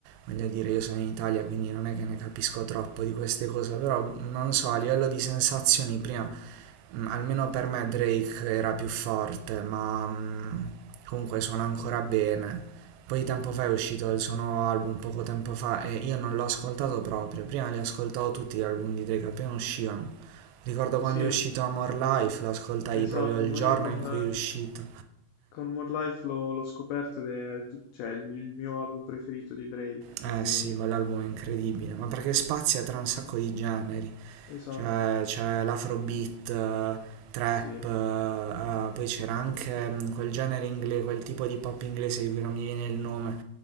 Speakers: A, on the right (about 85°); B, on the left (about 80°).
A: voglio dire, io sono in Italia, quindi non è che ne capisco troppo di queste cose, però non so, a livello di sensazioni prima, mh, almeno per me Drake era più forte, ma mh, comunque suona ancora bene. Poi tempo fa è uscito il suo nuovo album, poco tempo fa, e io non l'ho ascoltato proprio, prima li ascoltavo tutti gli album di Drake appena uscivano Ricordo quando
B: Sì,
A: è uscito Amor Life, lo ascoltai
B: esatto.
A: proprio il
B: Ma
A: giorno
B: io con,
A: in cui è uscito.
B: con More Life l'ho l'ho scoperto ed è tut- cioè, il, il mio album preferito di Drake,
A: Eh
B: quindi
A: sì, quell'album è incredibile, ma perché spazia tra un sacco di generi.
B: esatto.
A: Cioè, c'è l'afrobeat, eh, trap,
B: Sì,
A: eh, eh, poi c'era anche mm, quel genere inglese, quel tipo di pop inglese di cui non mi viene il nome.